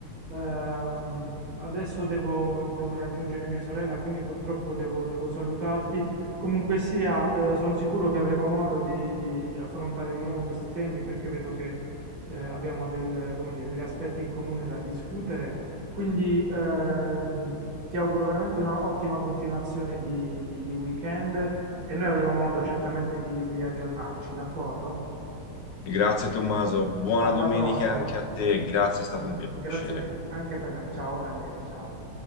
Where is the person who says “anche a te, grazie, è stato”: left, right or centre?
Left